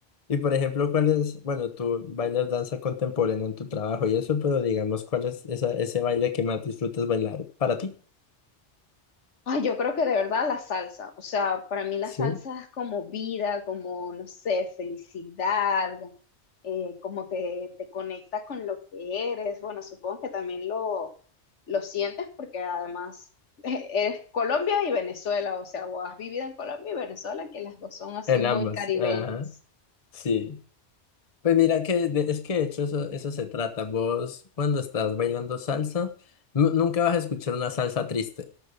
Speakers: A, on the left; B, on the left.
A: Y por ejemplo, ¿cuál es, bueno, tú bailas danza contemporánea en tu trabajo y eso, pero digamos, ¿cuál es esa, ese baile que más disfrutas bailar para ti?
B: Ay, yo creo que de verdad la salsa, o sea, para mí la
A: Sí.
B: salsa es como vida, como, no sé, felicidad, eh, como que te conecta con lo que eres. Bueno, supongo que también lo, lo sientes porque además <laughs> eres Colombia y Venezuela, o sea, o has vivido en Colombia y Venezuela, que las dos son así
A: En
B: muy
A: ambas,
B: caribeñas.
A: ajá, sí. Pues mira que de- es que de hecho eso, eso se trata. Vos cuando estás bailando salsa, nu- nunca vas a escuchar una salsa triste.